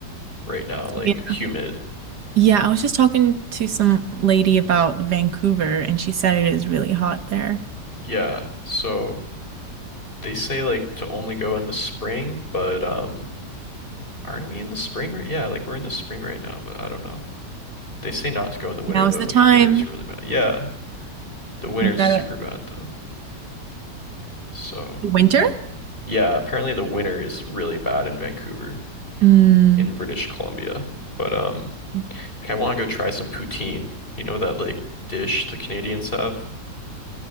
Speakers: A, on the left (about 30°); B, on the right (about 70°).
A: right now, like
B: Yeah.
A: humid.
B: Yeah, I was just talking to some lady about Vancouver, and she said it is really hot there.
A: Yeah. So they say like to only go in the spring, but um aren't we in the spring right? Yeah, like we're in the spring right now, but I don't know. They say not to go in the winter
B: Now
A: though.
B: is the
A: The
B: time.
A: winter's really bad. Yeah, the winter's
B: You gotta
A: super bad though. So
B: Winter?
A: uh, yeah, apparently the winter is really bad in Vancouver,
B: Mm,
A: in British Columbia. But um
B: yeah.
A: like I want to go try some poutine. You know that like dish the Canadians have?